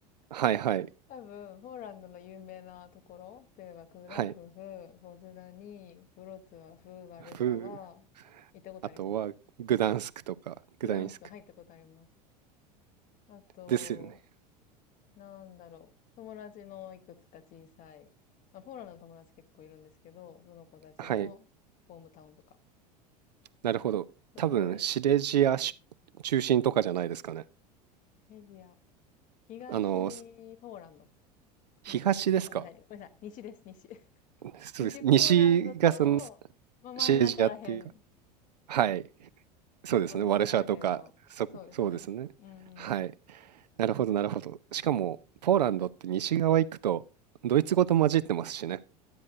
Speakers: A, on the right (about 75°); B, on the left (about 40°).
A: はいはい。
B: 多分、ポーランドの有名なところというかクラクフ、
A: はい。
B: ポズダニ、ブロツワフ、ワルシャワ、
A: ふう。
B: 行ったことあります。
A: あとはグダンスクとか、グダニスク
B: グダンスク入ったことあります。あと、
A: ですよね。
B: なんだろう。友達のいくつか小さい、まあ、ポーランドの友達結構いるんですけど、その子たちのホームタウンとか。
A: はい。なるほど。
B: すごい、
A: 多分シレジアし中心とかじゃないですかね。
B: フェディア、東ポーランド。
A: あの、す東ですか
B: 東あ、ごめんなさい、ごめんなさい。西です、西。<laughs>
A: そうです。
B: 西ポーランドと、
A: 西がそのす
B: まあ、真ん中らへん
A: シレジアっていうか、はい。そうですね。
B: 真ん中ら辺の。
A: ワルシャワとか、そ、
B: そうですね。
A: そうですね。
B: うんうん。
A: はい。なるほど、なるほど。しかも、ポーランドって西側行くと、ドイツ語と混じってますしね。